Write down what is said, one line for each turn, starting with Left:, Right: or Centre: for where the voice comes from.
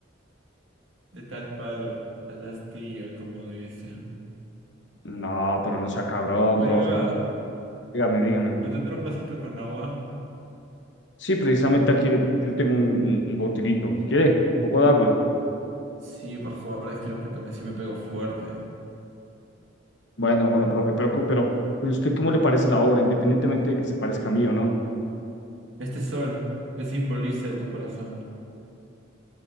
Right: de tal palo, tal astilla, como dicen.
Left: No, pero no sea cabrón,
Right: Oiga,
Left: profe. Dígame, dígame.
Right: ¿me tendrá un vasito con agua?
Left: Sí, precisamente aquí le- yo tengo un, un un botilito. ¿Quiere? Un poco de agua.
Right: Sí, por favor, es que lo que tomé sí me pegó fuerte.
Left: Bueno, bueno, profe, pero, co- pero, pero ¿usted cómo le parece la obra, independientemente de que se parezca a mí o no?
Right: Este sol, ¿qué simboliza de tu corazón?